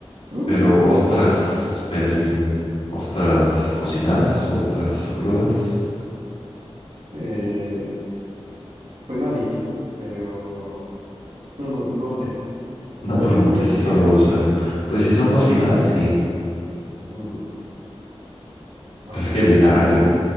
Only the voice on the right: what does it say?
Mm,
eh, pues no dice, pero pues tú no, no sé,
¿tú
elegirías
eso?
Mm, no
sé,
es
que
a
mí